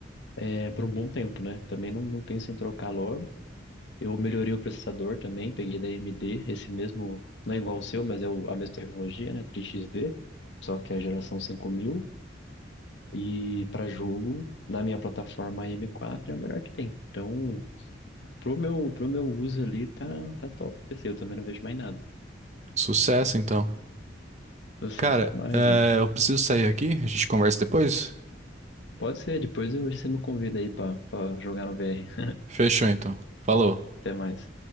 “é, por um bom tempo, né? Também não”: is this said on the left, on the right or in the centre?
Left